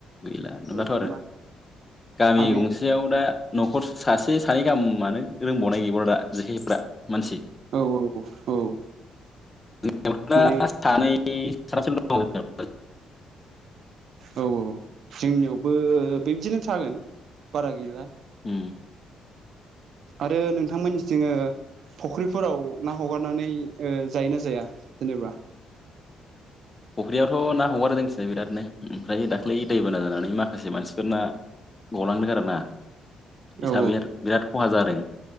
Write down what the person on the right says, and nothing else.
औ मा
आबैया
औ औ
माने
औ औ जोंनियावबो बिबदिनो थागोन बारा गैला।
आरो नोंथांमोननिथिं ओ फुख्रिफोराव ना हगारनानै ओ जायो ना जाया जेनेबा?
औ